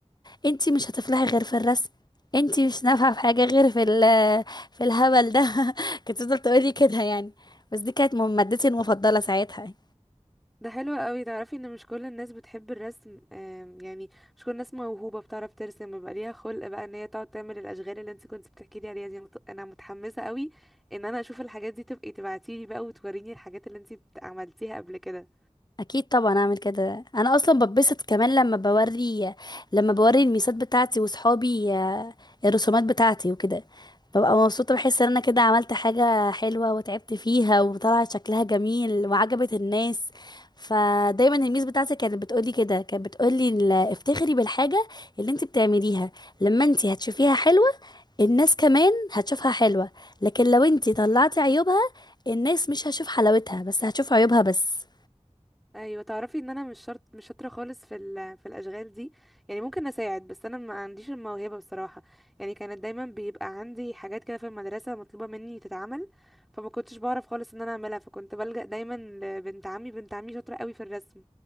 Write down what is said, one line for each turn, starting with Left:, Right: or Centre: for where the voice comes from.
Left: انتي مش هتفلحي غير في الرسم انتي مش نافعه في حاجه غير في في الهبل ده <laughs> كانت تفضل تقولي كده يعني بس دي كانت مم- مادتي المفضلة ساعتها
Centre: ده حلو قوي تعرفي ان مش كل الناس بتحب الرسم آم، يعني مش كل الناس موهوبة بتعرف ترسم بيبقى ليها خلق بقى ان هي تقعد تعمل الاشغال اللي انت كنت بتحكي لي عليها دي أنا مت- انا متحمسة قوي ان انا اشوف الحاجات دي تبقي تبعتيلي بقى وتوريني الحاجات اللي انت عملتيها قبل كده
Left: اكيد طبعا اعمل كده انا اصلا بتبسط كمان لما بوري لما بوري الميسات بتاعتي وصحابي الرسومات بتاعتي وكده ببقى مبسوطة بحس ان انا كده عملت حاجة حلوة وتعبت فيها وطلعت شكلها جميل وعجبت الناس فدايما الميس بتاعتي كانت بتقولي كده كانت بتقولي ال- افتخري بالحاجة اللي انت بتعمليها لما انت هتشوفيها حلوة الناس كمان هتشوفها حلوة لكن لو انتي طلعتي عيوبها الناس مش هتشوف حلاوتها بس هتشوف عيوبها بس
Centre: ايوه تعرفي ان انا مش شرط مش شاطره خالص في ال- في الاشغال دي يعني ممكن اساعد بس انا ما عنديش الموهبه بصراحه يعني كانت دايما بيبقى عندي حاجات كده في المدرسه مطلوبه مني تتعمل فما كنتش بعرف خالص ان انا اعملها فكنت بلجأ دايما لبنت عمي بنت عمي شاطره قوي في الرسم